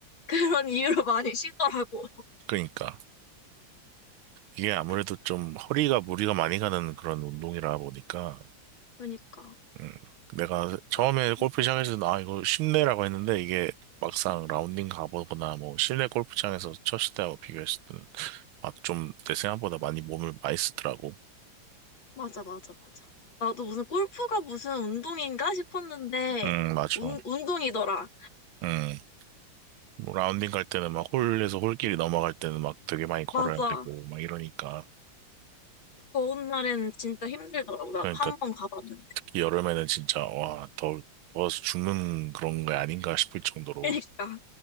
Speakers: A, on the left (about 75°); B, on the right (about 85°).
A: 그런 이유로 많이 쉬더라고.
B: 그러니까. 이게 아무래도
A: 그-
B: 좀 허리가 무리가 많이 가는 그런 운동이라 보니까
A: 그러니까.
B: 음, 내가 처음에
A: 나-
B: 골프
A: 음.
B: 시작했을 때, 아, 이거 쉽네라고 했는데, 이게 막상 라운딩 가보거나, 뭐, 실내 골프장에서 쳤을 때하고 비교했을 때는, 아, 좀, 내 생각보다 많이 몸을 많이 쓰더라고.
A: 맞아, 맞아, 맞아. 나도 무슨 골프가 무슨 운동인가 싶었는데,
B: 음, 맞아.
A: 운, 운동이더라.
B: 음, 뭐 라운딩 갈 때는 막 홀에서 홀길이 넘어갈 때는 막 되게 많이 걸어야
A: 맞아.
B: 되고, 막 이러니까.
A: 더운 날엔 진짜 힘들더라고. 나도
B: 그러니까
A: 한 번 가봤는데.
B: 특히 여름에는 진짜, 와, 더, 더워서 죽는 그런 게 아닌가 싶을 정도로
A: 그러니까.